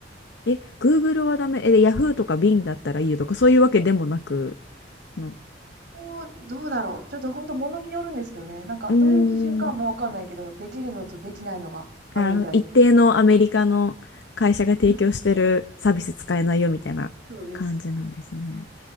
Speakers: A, on the left; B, on the right.
A: え、Google はダメ。え、で Yahoo とか Bing だったらいいよとか、そういうわけでもなく、な、う
B: もう、どうだろう。ちょっと本当物によるんですけどね。なんかどういう基準かもわかんないけど、
A: ーん、
B: できるのとできないのがあるみたいです。
A: なるほど。一定のアメリカの会社が提供してるサービス使えないよみたいな感じなんですね。
B: <laughs> そうです。